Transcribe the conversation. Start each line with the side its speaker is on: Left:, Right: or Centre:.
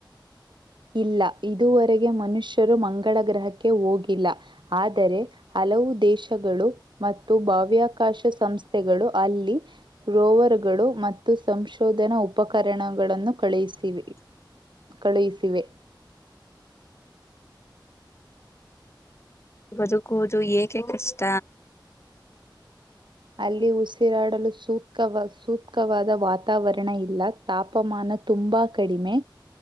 Right: ಇಲ್ಲ ಇದುವರೆಗೆ ಮನುಷ್ಯ ಮಂಗಳ ಗ್ರಹಕ್ಕೆ ಹೋಗಿಲ್ಲ ಆದರೆ ಹಲವು ದೇಶಗಳು ಮತ್ತು ಭವ್ಯ ಅವಕಾಶ ಸಂಸ್ಥೆಗಳು ಅಲ್ಲಿ ರೋವರ್ಗಳು ಮತ್ತು ಸಂಶೋಧನಾ ಉಪಕರಣ ಗಳನ್ನು ಕಳುಹಿಸಿವೆ
Left: <inaudible>
Right: ಕಳುಹಿಸಿವೆ
Left: ಬದುಕುವುದು ಏಕೆ ಕಷ್ಟ
Right: ಅಲ್ಲಿ ಉಸಿರಾಡಲು ಸೂಕ್ ಸೂಕ್ತವಾದ ವಾತಾವರಣ ಇಲ್ಲ ತಾಪಮಾನ ತುಂಬಾ ಕಡಿಮೆ